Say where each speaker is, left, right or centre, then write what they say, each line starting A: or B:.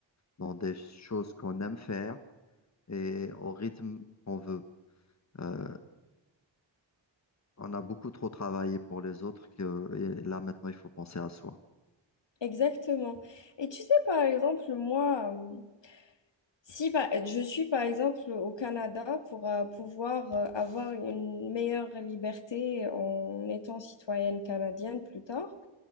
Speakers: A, on the left; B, on the left.
A: dans des choses qu'on aime faire et au rythme qu'on veut. Euh, on a beaucoup trop travaillé pour les autres que et là maintenant il faut penser à soi.
B: Exactement. Et tu sais, par exemple, moi, euh, si par- je suis, par exemple, au Canada pour euh, pouvoir euh, avoir une meilleure liberté en étant citoyenne canadienne plus tard,